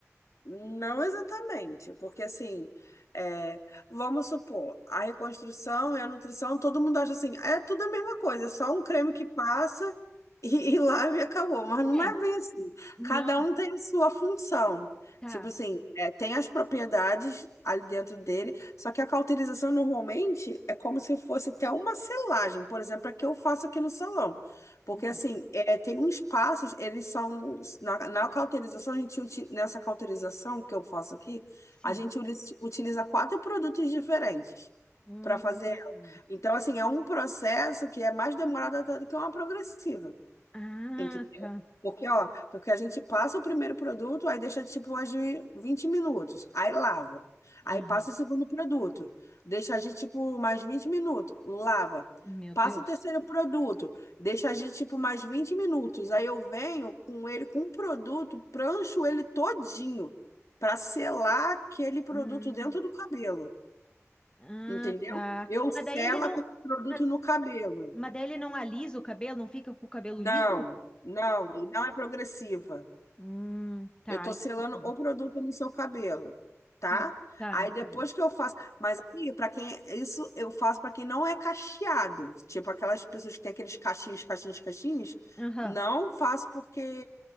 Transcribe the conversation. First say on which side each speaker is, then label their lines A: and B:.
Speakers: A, on the left; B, on the left.
A: Não exatamente, porque assim, é, vamos supor, a reconstrução e a nutrição, todo mundo acha assim, é tudo a mesma coisa, é só um creme que passa <laughs> e, e lava e acabou, mas não
B: é,
A: é
B: é.
A: bem assim.
B: Não,
A: Cada um tem a sua função.
B: tá.
A: Tipo assim, é, tem as propriedades ali dentro dele, só que a cauterização normalmente é como se fosse até uma selagem, por exemplo, a que eu faço aqui no salão. Porque,
B: Hum,
A: assim, é, tem uns passos, eles são. Na, na cauterização, a gente, uti- nessa cauterização que eu faço aqui,
B: Sim.
A: a gente uli- utiliza quatro produtos diferentes
B: Hum.
A: para fazer. ela. Então, assim, é um processo que é mais demorado até do que uma progressiva.
B: Ah,
A: Tem que ter.
B: tá.
A: Porque, ó, porque a gente passa o primeiro produto, aí deixa tipo agir 20 minutos, aí lava.
B: Aham.
A: Aí passa o segundo produto, deixa agir tipo mais 20 minutos, lava.
B: Meu
A: Passa
B: Deus.
A: o terceiro produto, deixa agir tipo mais 20 minutos. Aí eu venho com ele com o produto, prancho ele todinho para selar aquele produto
B: Hum.
A: dentro do cabelo,
B: Ah,
A: entendeu?
B: tá.
A: Eu selo
B: Mas daí ele não.
A: aquele produto
B: Mas,
A: no cabelo.
B: mas daí ele não alisa o cabelo, não fica com o cabelo
A: Não,
B: liso?
A: não, não é progressiva.
B: Hum, tá,
A: Eu tô
B: entendi.
A: selando o produto no seu cabelo, tá?
B: Hum, Tá,
A: Aí
B: entendi.
A: depois que eu faço, mas aí para quem isso eu faço para quem não é cacheado, tipo aquelas pessoas que têm aqueles cachinhos, cachinhos, cachinhos,
B: Aham.
A: não faço porque